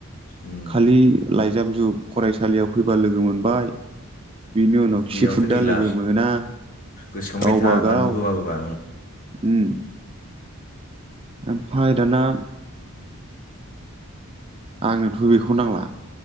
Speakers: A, on the left; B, on the right.
A: उम
B: खालि लाइ गामजु फरायसालियाव फैबा लोगो मोनबाय बिनि उनाव
A: गैयाथ
B: खिफुदा
A: गैला
B: लोगो मोना
A: गोसोखांबाय
B: गावबा
A: था
B: गाव
A: गान्दु गोबा गोबा
B: उम ओमफ्राय दाना आंनोथ' बेखौ नांला